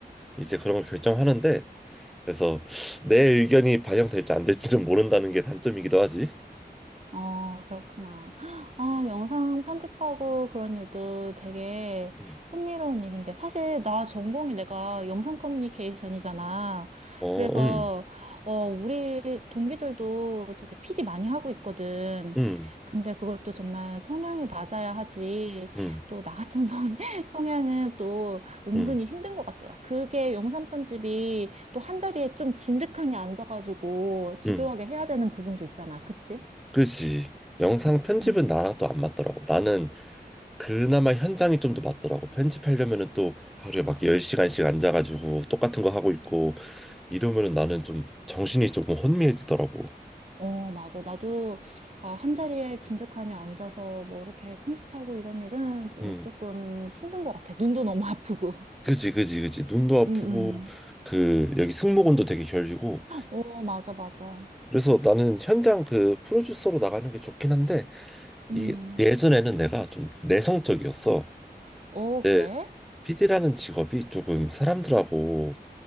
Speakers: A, in the centre; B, on the right.
A: 이제 그런 걸 결정하는데 그래서 내 의견이 반영될지 안 될지는 모른다는 게 단점이기도 하지.
B: 어, 그렇구나. 아, 영상 편집하고 그런 일도 되게
A: 음.
B: 흥미로운 일인데. 사실 나 전공이 내가 영상 커뮤니케이션이잖아.
A: 어,
B: 그래서,
A: 음,
B: 어, 우리 동기들도 되게 PD 많이 하고 있거든.
A: 음,
B: 근데 그것도 정말 성향이 맞아야 하지.
A: 음,
B: 또 나 같은 성, <laughs> 성향은 또 은근히
A: 음,
B: 힘든 것 같더라. 그게 영상 편집이 또 한 자리에 좀 진득하니 앉아가지고 집요하게
A: 음.
B: 해야 되는 부분도 있잖아. 그치?
A: 그지. 영상 편집은
B: 음.
A: 나랑 또 안 맞더라고. 나는 그나마 현장이 좀 더 맞더라고. 편집하려면은 또 하루에 막 10시간씩 앉아가지고 똑같은 거 하고 있고 이러면은 나는 좀 정신이 조금 혼미해지더라고.
B: 어, 맞아. 나도, 아, 한 자리에 진득하니 앉아서 뭐 이렇게 편집하고 이런 일은 좀
A: 음,
B: 조금 힘든 것 같아. 눈도 너무 <laughs> 아프고.
A: 그지, 그지, 그지. 눈도 아프고
B: 음, 음.
A: 그 여기 승모근도 되게 결리고.
B: 어, 맞아, 맞아.
A: 그래서 나는 현장 그 프로듀서로 나가는 게 좋긴 한데 이게
B: 음.
A: 예전에는 내가 좀 내성적이었어.
B: 어,
A: 근데
B: 그래?
A: p 라는 직업이 조금 사람들하고